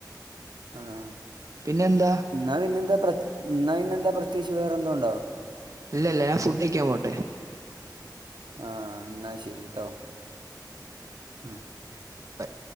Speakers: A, on the right; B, on the right.
A: ആഹ്
B: പിന്നെന്താ
A: ന്നാ പിന്നെന്താ പ്ര ഇന്നെന്താ പ്രത്യേകിച്ച് വേറെ ന്തോണ്ടോ
B: ഇല്ലല്ല ഞാൻ ഫുഡ്ഴിക്കാൻ പോട്ടെ
A: ആഹ് ന്നാ ശരിട്ടോ ആ
B: ബൈ